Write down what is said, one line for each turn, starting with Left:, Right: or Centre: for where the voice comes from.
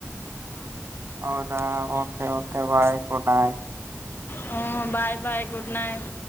Right: ಹೌದಾ ಕ ಕೆ ಬಾಯ್ ಗುಡ್ ನೈಟ್
Left: ಹ್ಮ ಬಾಯ್ ಬಾಯ್ ಗುಡ್ ನೈಟ್